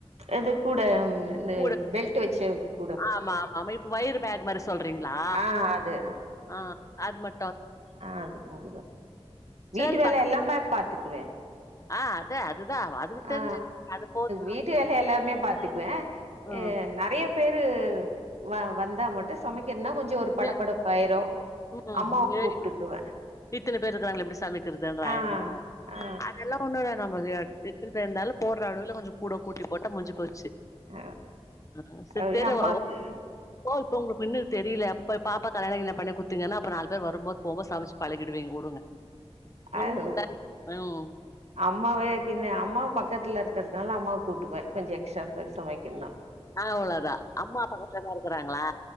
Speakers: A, on the right; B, on the left.
A: அது கூட இந்த
B: கூட
A: பெல்ட் வச்ச கூட
B: ஆமா ஆமா இப்ப வையிரு பேக் மாரி சொல்றீங்ளா
A: ஆ அது
B: ஆ அது மட்டு
A: ஆ அது கூடுவ வீட்டு
B: சரிப்பா
A: வேல எல்லாமே பார்த்துக்குவே
B: ஆ அத அதுதா அதுக்கு தெரிஞ்சு
A: ஆ
B: அது போது
A: வீட்டு வேலை எல்லாமே பாத்துக்குவே
B: ம்
A: அ நிறைய பேரு வ வந்தா மட்டு சமைக்கிறதுன்னா கொஞ்சோ ஒரு படப்படப்பாயிரு
B: நெ ம்
A: அம்மாவ
B: ம்
A: கூப்ட்டுக்குவே
B: ஏய் இத்தனை பேரு இருக்கிறாங்க எப்டி சமைக்கதுன்ற
A: ஆ
B: ஆயிடுமா
A: ஆ
B: அதெல்லா ஒன்னு இல்ல நம்ம எ எத்தின பேருந்தாலு போடற அளவுல கொஞ்சோ கூட கூட்டி போட்டா முஞ்ச போச்சு
A: ஆ
B: ஆ சித்திருவே
A: அப்டியே அம்மாக்கு
B: ஓ இப்ப உங்களு பின்னு தெரியலப்ப பாப்பா கல்யாண கில்யாண பண்ணிக் குடுத் திங்கன்னா அப்ப நாலு பேர் வருபோது போ போது சமச்சு பழகிடுவீங்க வுடுங்க உண்மதான்
A: அது
B: ம்
A: அம்மாவே கின்ன அம்மாவு பக்கத்துல இருக்கிறதுனால அம்மாவ கூப்டுக்குவே கொஞ்சோ எக்ஸ்ட்ரா பேரு சமைக்கிறனா
B: அவ்ளோதா அம்மா பக்கத்துல தா இருக்குறாங்களா